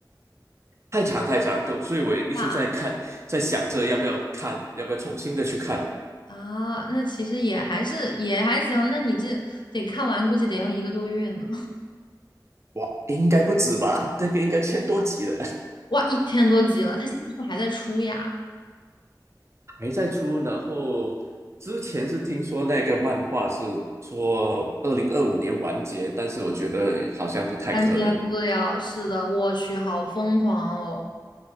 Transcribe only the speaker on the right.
太长太长，都，所以我一直在看，
在想着要不要看，要不要重新的去看。
哇，应该不止吧？那个应该千多集了。
还在出，然后之前是听说那个漫画是说二零二五年完结，但是我觉得好像不太可能。